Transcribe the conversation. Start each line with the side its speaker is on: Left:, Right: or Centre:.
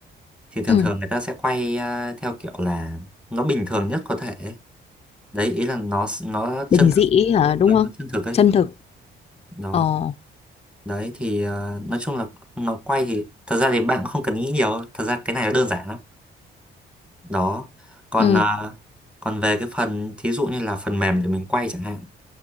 Centre: thì thường
Left: ừ.
Centre: thường người ta sẽ quay ờ, theo kiểu là nó bình thường nhất có thể ấy. Đấy, ý là nó nó
Left: bình
Centre: chân
Left: dị
Centre: thực,
Left: hả đúng
Centre: nó
Left: không
Centre: nó chân thực ấy.
Left: chân thực
Centre: Nó
Left: ờ
Centre: đấy thì ờ, nói chung là nó quay thì thật ra thì bạn không cần nghĩ nhiều, thật ra cái này nó đơn giản lắm. Đó. Còn
Left: ừ.
Centre: ờ, còn về cái phần thí dụ như là phần mềm để mình quay chẳng hạn,